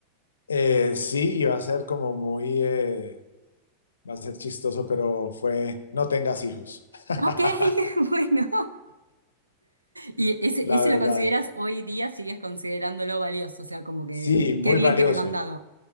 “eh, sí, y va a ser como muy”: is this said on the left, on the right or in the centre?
Left